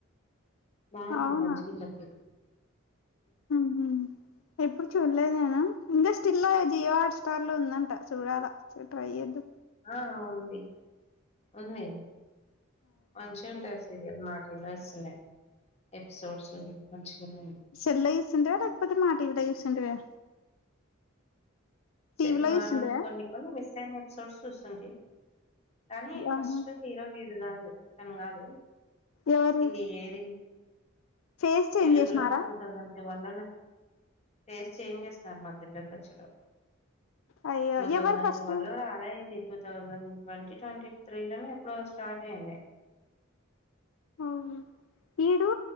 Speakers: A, on the left; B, on the left.
A: బాగుంది
B: అవునా
A: వచ్చింది అప్పుడు
B: ఉహు ఎప్పుడు చూడలేదు నేను ఇంకా స్టిల్ జియో హాట్స్టార్లో ఉందంట చూడాలా ఒకసారి ట్రై చేద్దాం
A: ఆ ఉంది ఉంది మంచి ఉంటాయి సీరియల్ మా న్నా ఎపిసోడ్స్ మంచిగానే
B: సెల్లో చూస్తుంటావా లేకపోతే మా టీవిలో చూస్తుంటావా
A: సె
B: టీవీలో
A: మా
B: చూస్తుంటివా
A: కొన్ని కొన్ని మిస్ అయిన ఎపిసోడ్స్ చూస్తు ఉంటీ కానీ ఫస్ట్
B: ఆహా
A: హీరో వీడు కాదు తను కాదు
B: ఎవరు
A: ఇది ఏది
B: ఫేస్ చేంజ్
A: తెలుగులో
B: చేసినారా
A: టి వల్లనే టేస్ట్ చేంజ్ చేస్తున్నారు మా తెల్లకచ్చలో
B: అయ్యో
A: టూ థౌజండ్
B: ఎవరు ఫస్ట్
A: టూవెలో రాడయది టూ థౌజండ్ ట్వంటీ ట్వంటీ త్రీలోనే ఎప్పుడో స్టార్ట్ అయింది
B: ఆ ఇడు